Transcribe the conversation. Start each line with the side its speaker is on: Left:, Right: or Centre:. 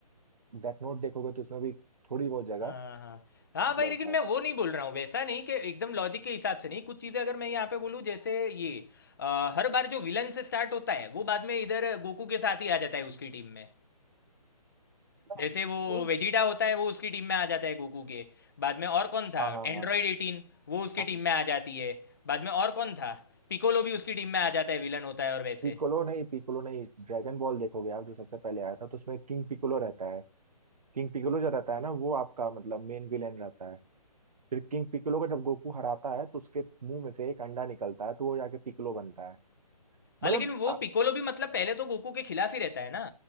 Right: डेथ नोट देखोगे तो उसमें भी थोड़ी बहुत जगह
Left: हाँ हाँ हाँ
Right: मतलब
Left: भाई लेकिन
Right: है
Left: मैं वो नहीं बोल रहा हूँ वैसा नहीं कि एकदम लॉजिक के हिसाब से नहीं कुछ चीज़ें अगर मैं यहाँ पे बोलूँ जैसे ये अ, हर बार जो विलन से स्टार्ट होता है वो बाद में इधर गोकू के साथ ही आ जाता है उसकी टीम में
Right: मतलब
Left: जैसे
Right: हाँ
Left: वो
Right: वो-
Left: वेजिटा होता है वो उसकी टीम में आ जाता है गोकू के बाद में और कौन था
Right: हाँ हाँ
Left: एंड्रॉयड
Right: हाँ
Left: एटीन वो उसकी
Right: हाँ
Left: टीम में आ जाती है बाद में और कौन था पिकोलो भी उसकी टीम में आ जाता है विलन होता है और वैसे
Right: पिकोलो नहीं पिकोलो नहीं ड्रैगन बॉल देखोगे आप जो सबसे पहले आया था तो उसमें किंग पिकोलो रहता है किंग पिकोलो जो रहता है ना वो आपका मतलब मेन विलेन रहता है फिर किंग पिक्कोलो को जब गोकू हराता है तो उसके मुंह में से एक अंडा निकलता है तो वो जाके पिक्कोलो बनता है
Left: हाँ
Right: मतलब
Left: लेकिन वो
Right: आ-
Left: पिकोलो भी मतलब पहले तो गोकू के खिलाफ ही रहता है ना